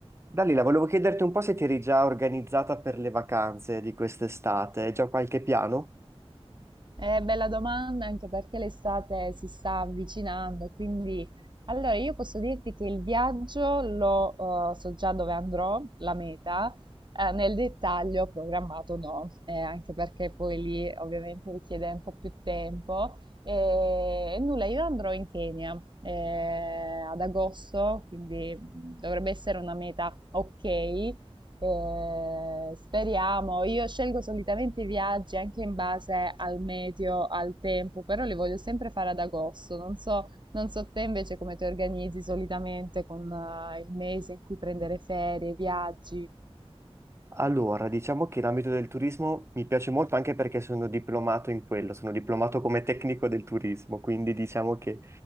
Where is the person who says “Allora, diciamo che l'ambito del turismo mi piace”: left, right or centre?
Right